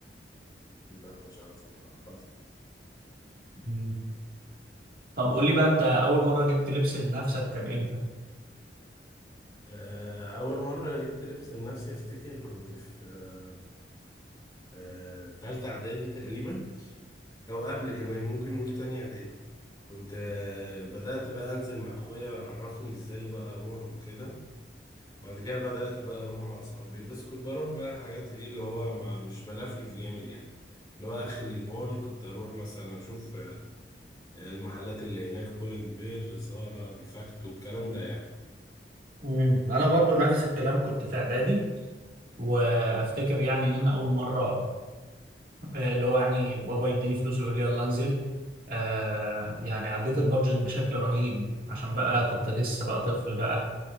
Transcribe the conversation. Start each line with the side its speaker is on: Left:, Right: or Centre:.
Left: لا مش عارف بصراحه حاضر.
Right: لا طب قول لي بقى انت اول مره جبت لبس لنفسك كان امتى
Left: آه، اول مره جبت لبس لنفسي افتكر كنت في آه، آه، تالتة اعدادي تقريبا او قبل كمان ممكن نقول تاني اعدادي كنت آه، بدات بقى انزل مع اخويا ويعرفني ازاي بقى اروح وكده بعد كده بدأت بقى أروح مع أصحابي بس كنت بروح بقى حاجات إيه اللي هو ما مش بلفلف جامد يعني اللي هو آخري المول كنت أروح مثلا أشوف آه، المحلات اللي هناك بولن بير زارا ديفاكتو الكلام ده يعني
Right: مم. انا برضو نفس الكلام كنت في اعدادي وافتكر يعني ان انا اول مره آه، اللي هو يعني بابا يديني فلوس ويقول لي يلا انزل آه يعني عديت البادجت بشكل رهيب عشان بقى كنت لسه بقى طفل بقى